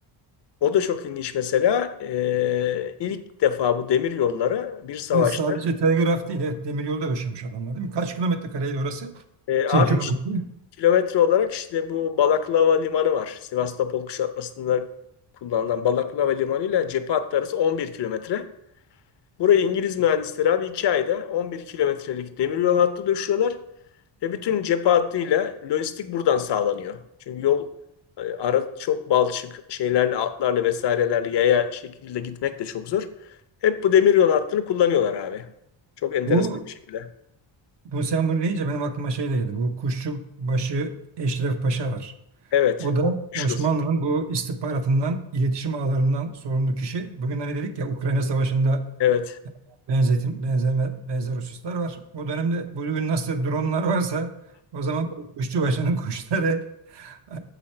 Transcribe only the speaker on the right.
Evet sadece telgraf değil, evet, demir yolu da döşemiş adamlar değil mi? Kaç kilometre kareydi orası?
Şey kilometre.
Bu
bu sen bunu deyince benim aklıma şey geldi. Bu Kuşçubaşı Eşref Paşa var.
O da
Osmanlı'nın bu istihbaratından, iletişim ağlarından sorumlu kişi. Bugün hani dedik ya Ukrayna Savaşı'nda
benzetim, benzeme, benzer hususlar var. O dönemde bugün nasıl dronlar varsa o zaman Kuşçubaşı'nın <laughs> kuşları e,